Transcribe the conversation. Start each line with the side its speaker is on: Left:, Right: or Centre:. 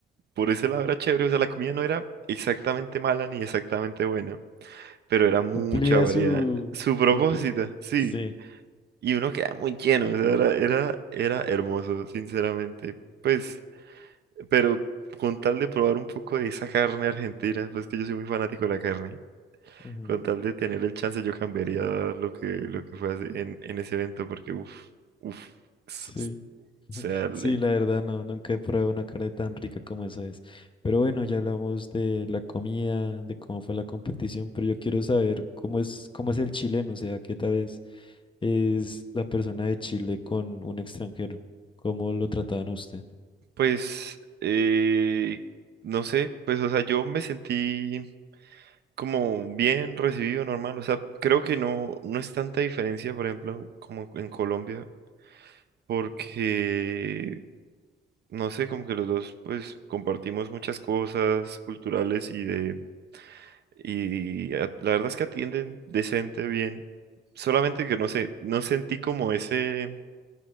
Right: por ese lado era chévere. O sea, la comida no era exactamente mala ni exactamente buena, pero era mucha
Left: Cumplía
Right: variedad.
Left: su...
Right: Su propósito,
Left: cumpli-
Right: sí.
Left: Sí.
Right: Y uno queda muy lleno, o sea, era, era, era hermoso, sinceramente. Pues Pero con tal de probar un poco de esa carne argentina, pues que yo soy muy fanático de la carne,
Left: ujú,
Right: con tal de tener el chance yo cambiaría lo que, lo que fue hace- en, en ese evento, porque uff, uff, o
Left: Sí.
Right: sea,
Left: <laughs>
Right: le-
Left: Sí, la verdad no, nunca he probado una carne tan rica como esa es. Pero bueno, ya hablamos de la comida, de cómo fue la competición, pero yo quiero saber cómo es, cómo es el chileno, o sea, qué tal es, es la persona de Chile con un extranjero, cómo lo trataban a usted.
Right: pues, eh, no sé, pues, o sea, yo me sentí como bien recibido, normal, o sea, creo que no, no es tanta diferencia, por ejemplo, como en Colombia, porque no sé, como que los dos pues compartimos muchas cosas culturales y de Y a- la verdad es que atienden decente, bien. Solamente que no sé, no sentí como ese,